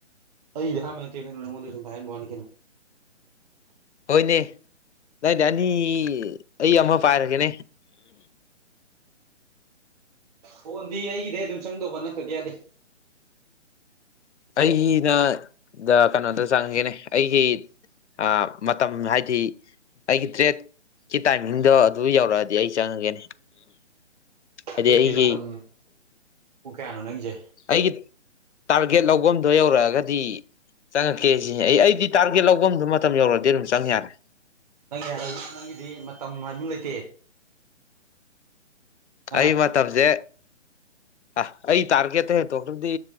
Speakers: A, on the right; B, on the left.
A: ꯑꯩꯗꯤ ꯑꯍꯥꯟꯕ ꯅꯠꯇ‌ꯦ ꯀꯩꯅꫭ ꯅꯣꯡꯉꯣꯟꯗ ꯁꯨꯝ ꯄꯥꯍꯟꯕꯩ ꯋꯥꯅꯤ ꯀꯩꯅꯣ
B: ꯍꯣꯏꯅꯦ ꯑꯩꯅ ꯑꯅꯤ ꯑꯩ ꯑꯃ ꯄꯥꯏꯔꯒꯦꯅꯦ
A: ꯐꯣꯟꯗꯤ ꯑꯩꯒꯤꯗꯩ ꯑꯗꯨꯝ ꯆꯪꯗꯧꯕ ꯅꯠꯇꯗꯤ ꯌꯥꯗꯦ
B: ꯑꯩꯩꯒꯤꯅ ꯗ ꯀꯩꯅꯣꯗ ꯆꯪꯉꯒꯦꯅꯦ ꯑꯩꯒꯤ ꯑꯥ ꯃꯇꯝ ꯍꯥꯏꯗꯤ ꯑꯩꯒꯤ ꯇ꯭ꯔꯦꯠ ꯀꯤ ꯇꯥꯏꯃꯤꯡꯗꯣ ꯑꯗꯨ ꯌꯧꯔꯛꯑꯗꯤ ꯑꯩ ꯆꯪꯉꯒꯦꯅꯦ ꯍꯥꯏꯗꯤ
A: ꯇꯔꯦꯠꯀꯤ
B: ꯑꯩꯒꯤ
A: ꯃꯇꯝ ꯄꯨꯡ ꯀꯌꯥꯅꯣ ꯅꯪꯒꯤꯁꯦ
B: ꯑꯩꯒꯤ ꯇꯥꯔꯒꯦꯠ ꯂꯧꯕꯝꯗꯣ ꯌꯧꯔꯛꯑꯒꯗꯤ ꯆꯪꯉꯛꯀꯦ ꯁꯤ ꯑꯩꯗꯤ ꯇꯥꯔꯒꯦꯠ ꯂꯧꯕꯝꯗꫭ ꯃꯇꯝ ꯌꯧꯔꯗꯤ ꯑꯗꯨꯝ ꯆꯪ ꯌꯥꯔꯦ
A: ꯅꯪꯒꯤ ꯍꯥꯏ <unintelligible> ꯅꯪꯒꯤꯗꯤ ꯃꯇꯝ ꯍꯥꯏꯕꯃ ꯂꯩꯇꯦ ꯑꯥ
B: ꯑꯩ ꯃꯠ ꯃꯇꯝꯁꯦ ꯑꯥꯏ ꯑꯩ ꯇꯥꯔꯒꯦꯠꯇ ꯍꯦꯟꯇꯣꯛꯈ꯭ꯔꯗꯤ